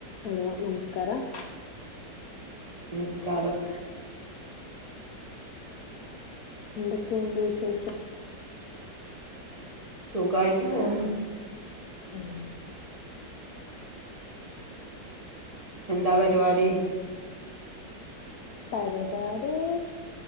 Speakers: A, on the left; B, on the right.
A: Hello നമസ് നമസ്കാരം
B: നമസ്കാരം
A: എന്തൊക്കെയുണ്ട് വിശേഷം?
B: സുഗായിട്ട് പോകുന്നു.
A: ഉം
B: എന്താ പരിപാടി.
A: പരിപാടി